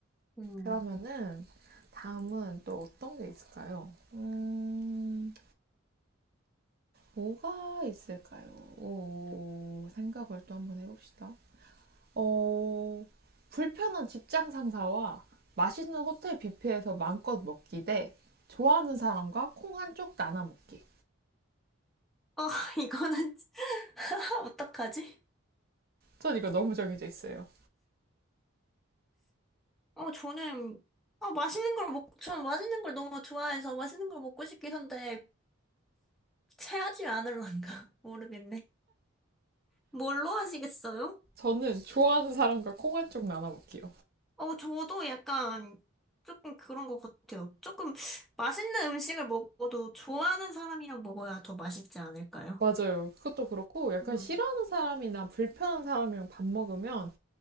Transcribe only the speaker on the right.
그러면은 다음은 또 어떤 게 있을까요? 음, 뭐가 있을까요? 오, 생각을 또 한번 해봅시다. 어, 불편한 직장 상사와 맛있는 호텔 뷔페에서 마음껏 먹기 대 좋아하는 사람과 콩 한쪽 나눠 먹기.
전 이거 너무 정해져 있어요.
저는 좋아하는 사람과 콩 한쪽 나눠 먹기요.
맞아요. 그것도 그렇고 약간
싫어하는 사람이나 불편한 사람이랑 밥 먹으면